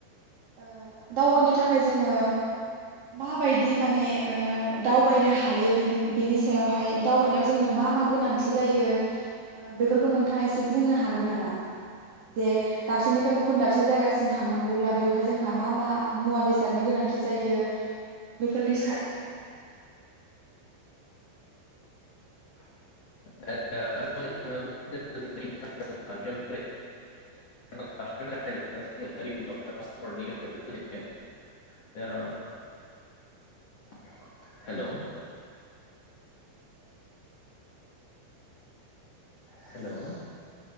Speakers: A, on the right (about 45°); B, on the left (about 55°).
A: ओ दावबायनो थाखाय जोङो माबायदि माने ओ दावबायनो हायो बिनि-बिनि सायावहाय दावबायनायाव जोंनो मा मा गोनांथि जायो ओ बेफोरखौ नोंथाङा एसे बुंनो हागोन नामा दे दाबसेनिफ्राय गुबुन दाबसे जायगासिम थांनांगौब्ला बेवहाय जोंहा मा मा मुवा बेसादनि गोनांथि जायो बेफोरनि सा
B: <unintelligible> <unintelligible> <unintelligible>
A: <unintelligible>
B: <unintelligible> हेलौ हेलौ